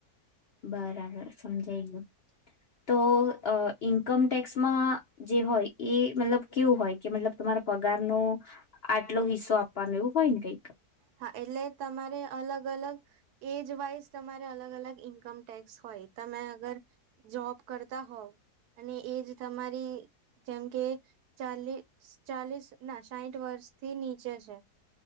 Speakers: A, on the left; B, on the right.
A: બરાબર સમજાય ગું તો ઈન્કમ ટેક્સમાં જે હોય એ મતલબ કેવું હોય કે મતલબ તમારો પગાર ન આટલો હિસ્સો આપવાનો એવું હોય ને કઈક
B: હા એટલે તમારે અલગ અલગ એજ વાઇઝ તમારે અલગ અલગ ઈન્કમ ટેક્સ હોય તમે અગર જોબ કરતા હોવ અને એજ તમારી જેમ કે ચાલીસ ચાલીસ ના સાહીઠ વર્ષથી નીચે છે